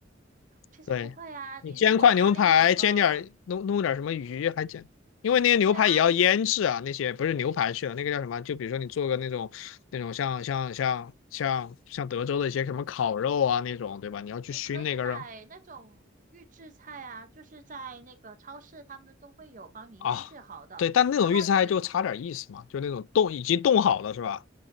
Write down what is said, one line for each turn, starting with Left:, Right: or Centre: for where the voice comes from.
Right: 其实不会啊，
Left: 对，
Right: 你如果家里有个，
Left: 你煎块牛排，煎点儿弄弄点儿什么鱼还简，因为那些牛排也要腌制啊，
Right: 对啊，
Left: 那些不是牛排去了，那个叫什么？就比如说你做个那种那种像像像像像德州的一些什么烤肉啊那种，对吧？你要去熏那个肉。
Right: 你可以买那种预制菜啊，就是在那个超市他们都会有帮你腌制好的，
Left: 啊，对，但那种预制菜就差点意思嘛，
Right: 然后你
Left: 就那种冻已经冻好了是吧？